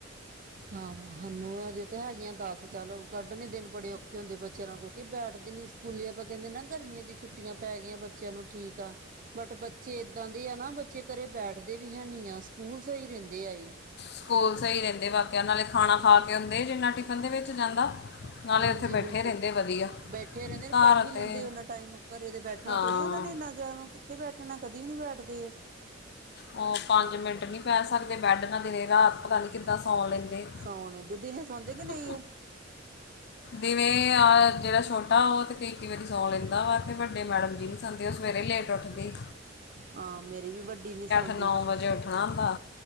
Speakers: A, on the right; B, on the left.
A: ਆਹੋ ਸਾਨੂੰ ਅਜੇ ਤੇ ਹੈਗੀਆਂ ਦੱਸ ਚੱਲ ਕੱਢਣੇ ਦਿਨ ਬੜੇ ਔਖੇ ਹੁੰਦੇ ਬੱਚਿਆਂ ਨਾਲ ਕੋਉਂਕਿ ਬੈਠਦੇ ਨੀ ਸੀ ਸਕੂੱਲੇ ਆਪਾਂ ਕਹਿੰਦੇ ਨਾ ਗਰਮੀਆਂ ਦੀ ਛੁੱਟੀਆਂ ਪੈ ਗਈਆਂ ਬੱਚਿਆਂ ਨੂੰ ਠੀਕ ਆ ਬਟ ਬੱਚੇ ਏਦਾਂ ਦੇ ਆ ਨਾ ਬੱਚੇ ਘਰੇ ਬੈਠਦੇ ਵੀ ਹੈ ਨਹੀਂ ਆ ਸਕੂਲ ਸਹੀ ਰਹਿੰਦੇ ਏ।
B: ਸਕੂਲ ਸਹੀ ਰਹਿੰਦੇ ਵਾਕਿਆ ਨਾਲੇ ਖਾਣਾ ਖਾ ਕੇ ਹੁੰਦੇ ਜਿੰਨਾ ਟਿਫਨ ਦੇ ਵਿੱਚ ਜਾਂਦਾ ਨਾਲੇ
A: ਹਾਂਜੀ
B: ਉੱਥੇ ਬੈਠੇ
A: ਬਿਲਕੁਲ
B: ਰਹਿੰਦੇ ਵਧੀਆ
A: ਬੈਠੇ ਰਹਿੰਦੇ ਨੇ
B: ਘਰ
A: ਪੜ੍ਹ ਵੀ
B: ਅਤੇ
A: ਲੈਂਦੇ ਉਹਨਾ ਟਾਈਮ ਘਰੇ ਦੇ ਬੈਠੇ ਬੈਠਣਾ
B: ਹਾਂ
A: ਥੋੜੀੁੰ ਨਾ ਨੇ ਇੰਨਾ ਜਿਆਦਾ ਕਿਥ ਬੈਠਣਾ ਕਦੀ ਵੀ ਨੀ ਬੈਠਦੇ ਇਹ।
B: ਉਹ ਪੰਜ ਮਿੰਟ ਨੀ ਪੈ ਸਕਦੇ, ਬੈਡ ਨਾਲ ਦਿਨ ਰਾਤ ਪਤਾ ਨੀ ਕਿੱਦਾਂ ਸੌਉਣ ਲੈਂਦੇ
A: ਸੌਂ ਲੈਂਦੇ ਦਿਨੇ ਸੌਂਦੇ ਕਿ ਨਹੀਂ
B: ਤੇ
A: ਇਹ
B: ਜਿਵੇ ਆ ਜਿਹੜਾ ਛੋਟਾ ਉਹ ਤੇ ਕਈ, ਕਈ ਵਾਰੀ ਸੌਂ ਲੈਂਦਾ ਵਾ, ਤੇ ਵੱਡੇ ਮੈਡਮ ਜੀ ਨੇ ਸਾਡੀ ਤਾ ਉਹ ਸਵੇਰੇ ਲੇਟ ਉੱਠਦੀ।
A: ਹਾਂ ਮੇਰੀ ਵੀ ਵੱ ਵਡੀ ਨੀ ਸੌਂਦੀ
B: ਨੌ ਵਜੇ ਉੱਠਣਾ ਹੁੰਦਾ